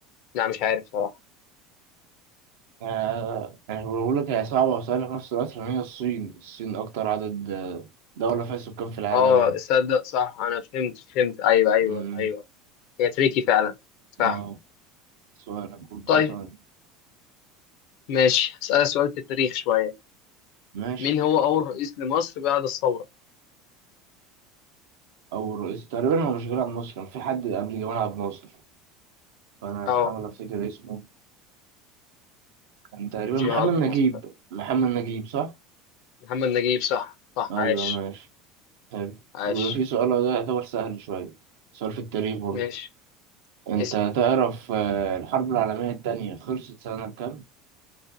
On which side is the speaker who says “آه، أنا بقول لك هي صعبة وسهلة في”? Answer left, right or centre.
Right